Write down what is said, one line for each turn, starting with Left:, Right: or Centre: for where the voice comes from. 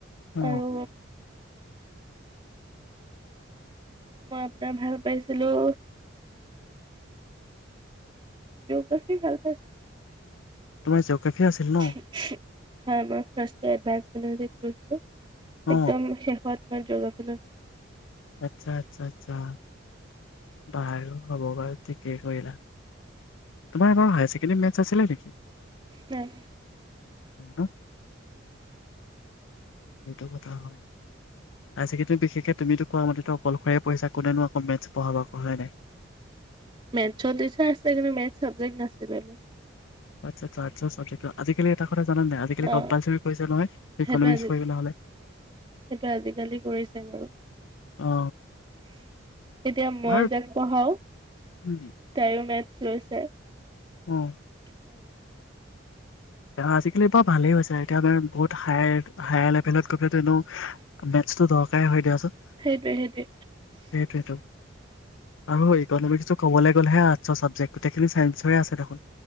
Left: অ
Right: আৰু মই আপোনাৰ ভাল পাইছিলো জিঅ'গ্ৰাফি ভাল পাইছিলো।
Left: তোমাৰ জিঅ'গ্ৰাফি আছিল ন?
Right: হয়, এবাৰ ফাৰ্ষ্ট ইয়েৰ <unintelligible>
Left: অ
Right: একদম শেষ ত মই জিঅ'গ্ৰাফি লৈছোঁ।
Left: আচ্ছা আচ্ছা আচ্ছা, বাৰু হ'ব বাৰু, ঠিকেই কৰিলা। তোমাৰ আগৰ হায়াৰ ছেকেণ্ডাৰী মেথছ আছিল নেকি?
Right: নাই।
Left: <inaudible> এইটো কথা হ'য় হায়াৰ ছেকেণ্ডাৰীটো বিশেষকে তুমিতো কোৱা মতে অকলশৰে পঢ়িছা, কোনেনো মেথছ পঢ়াব আক' হয় নে নাই?
Right: মেথছৰ টিচাৰ আছে, কিন্তু মেথছ চাবজেক্ট নাছিলে মোৰ।
Left: আচ্ছা আচ্ছা <unintelligible> ত আজিকালি এটা কথা জানা নে নাই, আজিকালি
Right: অ
Left: কমপালচৰী কৰিছে নহয়,
Right: সেইটো
Left: ইকনমিক্স
Right: আজি
Left: কৰিবলৈ হ'লে।
Right: সেইটো আজিকালি কৰিছে বাৰু।
Left: অ
Right: এতিয়া মই
Left: বাৰু
Right: যাক পঢ়াও,
Left: উম,
Right: তাইও মেথছ লৈছে।
Left: উম।
Right: <inaudible>
Left: আজিকালি বাৰু ভালেই হৈছে, এতিয়া আমি বহুত হায়, হায়াৰ লেভেলত গৈ পেলাই তো এনেওঁ মেথছটো দৰকাৰেই হৈ দিয়াচোন,
Right: সেইটোৱে সেইটোৱে
Left: সেইটোৱেইটো। আৰু ইকনমিক্সটো কবলৈ গ'লেহে আৰ্টছৰ চাবজেক্ট, গোটেইখিনি চাইঞ্চৰে আছে দেখোন।